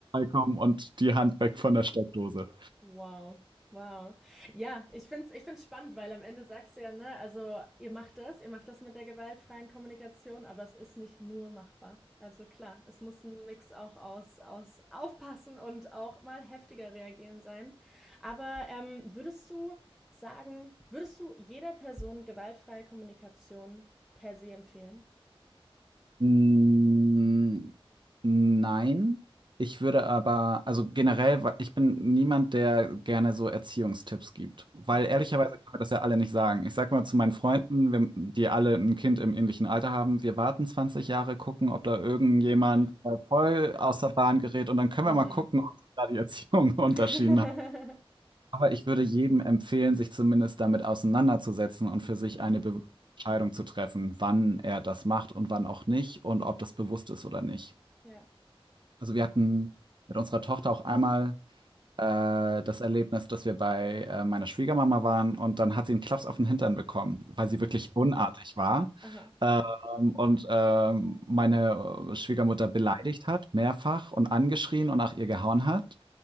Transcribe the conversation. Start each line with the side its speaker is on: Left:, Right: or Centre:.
Right: kommen und die Hand weg von der Steckdose.
Centre: Wow, wow. Ja, ich finde es ich find's spannend, weil am Ende sagst du ja, ne, also ihr macht das, ihr macht das mit der gewaltfreien Kommunikation, aber es ist nicht nur machbar. Also klar, es muss ein Mix auch aus, aus aufpassen und auch mal heftiger reagieren sein. Aber ähm, würdest du sagen, würdest du jeder Person gewaltfreie Kommunikation per se empfehlen?
Right: Mm, Nein, ich würde aber, also generell, wa- ich bin niemand, der gerne so Erziehungstipps gibt, weil
Centre: Mhm.
Right: ehrlicherweise können wir das ja alle nicht sagen. Ich sage mal
Centre: Ja.
Right: zu meinen Freunden, wir, die alle ein Kind im ähnlichen Alter haben, wir warten 20 Jahre, gucken, ob da irgendjemand äh, voll aus der Bahn gerät und dann können
Centre: Mhm.
Right: wir mal gucken, ob da die Erziehung <laughs> Unterschieden
Centre: <laughs>
Right: aber ich würde jedem empfehlen, sich zumindest damit auseinanderzusetzen und für sich
Centre: Mhm.
Right: eine Be Entscheidung zu treffen, wann er das macht und wann auch nicht und ob das bewusst ist oder nicht.
Centre: Ja.
Right: Also wir hatten mit unserer Tochter auch einmal äh, das Erlebnis, dass wir bei äh, meiner Schwiegermama waren und dann hat sie einen Klaps auf den Hintern bekommen, weil sie wirklich
Centre: Oh.
Right: unartig war.
Centre: Aha.
Right: Ähm, und ähm, meine äh, Schwiegermutter beleidigt hat, mehrfach und angeschrien und nach ihr gehauen hat.